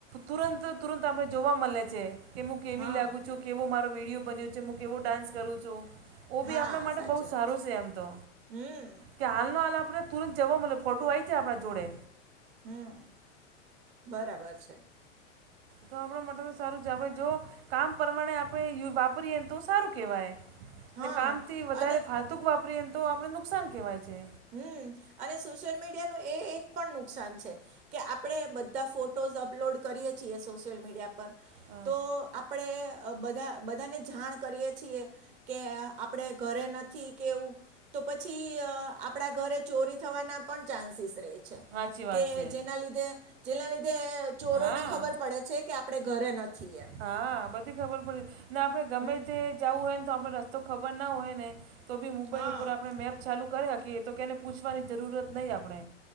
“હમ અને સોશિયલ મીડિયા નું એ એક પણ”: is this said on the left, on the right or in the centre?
Right